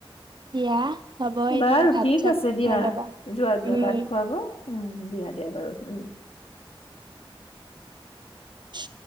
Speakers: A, on the right (about 50°); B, on the left (about 85°).
A: দিয়া হ'ব এতিয়া
B: বাৰু
A: ভাত
B: ঠিক
A: চাত
B: আছে দিয়া
A: খাই ল'বা
B: যোৱা যোৱা
A: উম
B: ভাত খুৱা গৈ দিয়া। দে বাৰু উম।
A: উম।